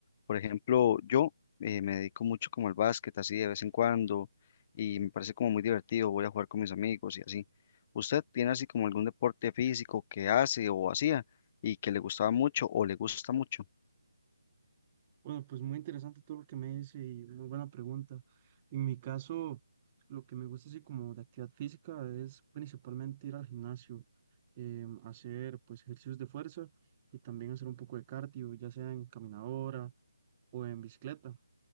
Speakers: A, on the left; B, on the right.
A: Por ejemplo, yo eh, me dedico mucho como al básquet, así de vez en cuando, y me parece como muy divertido, voy a jugar con mis amigos y así. ¿Usted tiene así como algún deporte físico que hace o hacía y que le gustaba mucho o le gusta mucho?
B: Bueno, pues muy interesante todo lo que me dice y muy buena pregunta. En mi caso, lo que me gusta así como de actividad física es principalmente ir al gimnasio, em, hacer pues ejercicios de fuerza y también hacer un poco de cardio, ya sea en caminadora o en bicicleta.